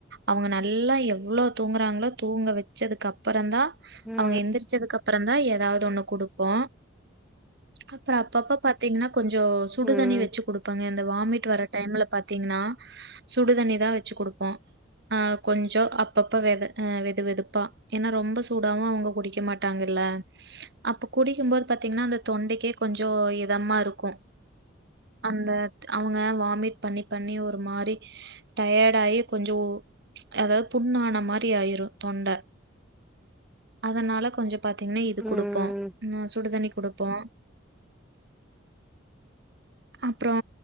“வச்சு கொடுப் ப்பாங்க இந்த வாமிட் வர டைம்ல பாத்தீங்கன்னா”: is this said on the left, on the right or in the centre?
Right